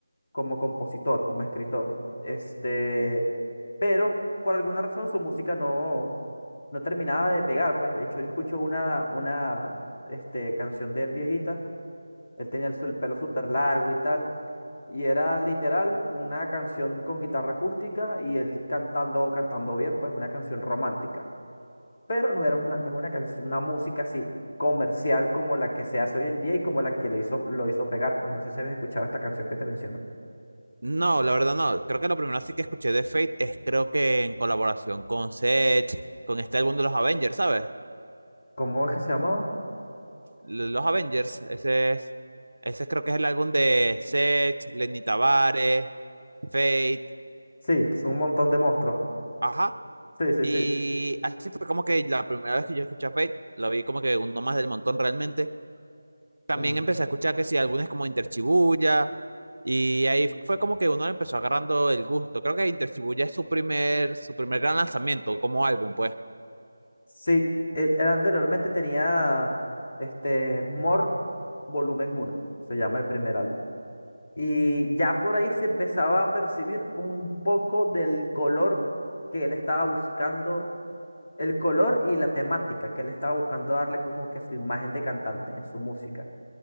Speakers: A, on the left (about 40°); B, on the right (about 80°).
A: como compositor, como escritor. Este, pero por alguna razón su música no, no terminaba de pegar. Pues de hecho yo escucho una, una este, canción de él viejita. Él tenía el, su- el pelo súper largo y tal. Y era literal una canción con guitarra acústica y él cantando, cantando bien, pues una canción romántica. Pero no era una, no es una canción, una música así comercial como la que se hace hoy en día y como la que le hizo, lo hizo pegar. Pues no sé si habéis escuchado esta canción que te menciono.
B: No, la verdad no. Creo que lo primero así que escuché de Fate es creo que en colaboración con Sech, con este álbum de los Avengers, ¿sabes?
A: ¿Cómo es que se llamaba?
B: Los Avengers, ese es, ese creo que es el álbum de Seth, Lenny Tavares, Fate,
A: Sí, que son un montón de monstruos.
B: ajá.
A: Sí, sí,
B: Y
A: sí.
B: así fue como que la primera vez que yo escuché a Fate, lo vi como que uno más del montón realmente. También
A: Mm.
B: empecé a escuchar que sí, álbumes como Interchibuya, y ahí fue como que uno le empezó agarrando el gusto. Creo que Interchibuya es su primer, su primer gran lanzamiento como álbum, pues.
A: Sí, él, él anteriormente tenía este More Volumen uno. se llama el primer álbum. Y ya por ahí se empezaba a percibir un poco del color que él estaba buscando, el color y la temática que él estaba buscando darle como que su imagen de cantante en su música.